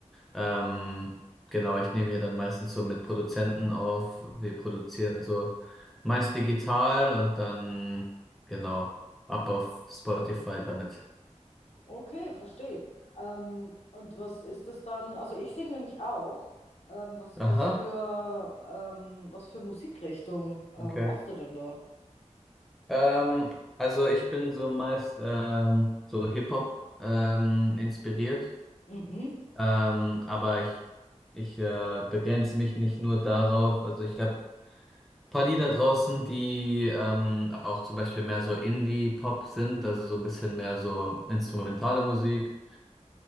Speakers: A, in the centre; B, on the left (about 65°).
A: ähm, genau, ich nehme hier dann meistens so mit Produzenten auf. Wir produzieren so meist digital und dann genau ab auf Spotify damit.
B: okay, verstehe. Ähm, und was ist das dann? Also ich singe nämlich auch. Ähm, was,
A: Aha,
B: was für, ähm, was für Musikrichtung ähm,
A: okay.
B: machst du denn da?
A: Ähm, also ich bin so meist ähm, so Hip-Hop ähm, inspiriert,
B: Mhm,
A: ähm, aber ich, ich äh, begrenze mich nicht nur darauf. Also ich habe paar Lieder draußen, die ähm, auch zum Beispiel mehr so Indie-Pop sind, also so ein bisschen mehr so instrumentale Musik.